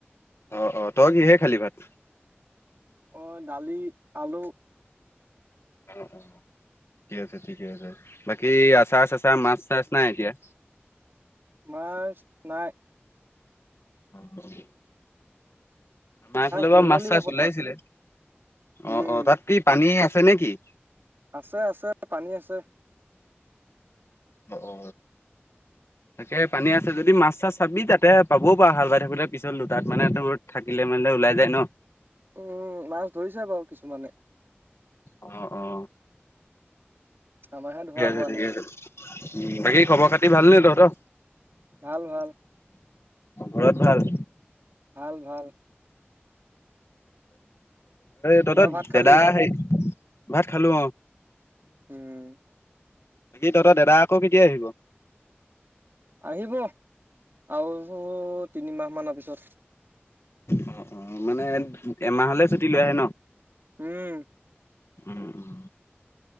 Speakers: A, on the left; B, on the right.
A: আহ অ তই কিহে খালী ভাত,
B: অ দালি, আলু, -
A: উম উম ঠিকে আছে ঠিকে আছে বাকী আচাৰ চাচাৰ মাছ চাছ নাই এতিয়া।
B: মাছ নাই।
A: হবই আমাৰফালে
B: ধৰিব
A: বাৰু মাছ
B: লাগিব
A: চাছ
B: পথাৰত
A: ওলাইছিলে
B: উম
A: অ অ তাত কি পানী আছ। দিছ নেকি-
B: আছে আছে পানী, আছে।
A: অ তাকে পানী আছে যদি মাছ চাছ চাবি তাতে পাবও পাৰ হাল বাই থাকো পিছতো লোতাত মানে ৰৈ থাকি। থাকিলে মানে ওলাই যায় ন
B: উম মাছ ধৰিছে বাৰু কিছুমানে।
A: আহ আহ
B: আমাৰহে ধৰা
A: ঠিকে আছে
B: হোৱা
A: ঠিকে
B: নাই
A: আছে। বাকী খবৰ খাতি ভাল নে তহঁতৰ?
B: ভাল ভাল।
A: ঘৰত ভাল
B: ভাল ভাল
A: তহত
B: তই ভাত খালি
A: দাদা হে ভাত খালো অ।
B: উম
A: বাকি তহঁতৰ দাদা আকৌ কেতিয়া আহিব?
B: আহিব আৰু তিনিমাহ মানৰ পিছত।
A: অ অ মানে এমাহলে ছুটি লৈ আহে ন
B: উম
A: উম উম